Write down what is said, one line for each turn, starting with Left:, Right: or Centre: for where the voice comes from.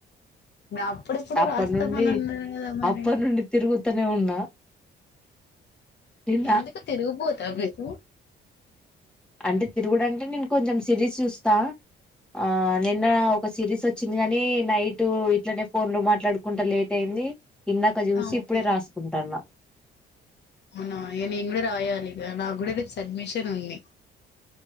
Left: అప్పుడెప్పుడు
Centre: అప్ప
Left: రాస్తామని
Centre: నుండి
Left: అన్నారు కదా మరి
Centre: అప్ప నుండి తిరుగుతనే ఉన్నా నిన్న
Left: ఎందుకు తిరుగుబోతా మీకు
Centre: అంటే తిరుగుడు అంటే నేను కొంచెం సిరీస్ చూస్తా ఆ నిన్న ఒక సిరీస్ వచ్చింది గాని నైట్ ఇట్లనే ఫోన్ లో మాట్లాడుకుంట లేట్ అయి ఇది ఇందాక చూసి
Left: అవును
Centre: ఇప్పుడే రాసుకుంటాన్న
Left: అవునా ఇగ నేను కూడా రాయాలి ఇగ నా కూడా రేప్ సబ్మిషన్ ఉంది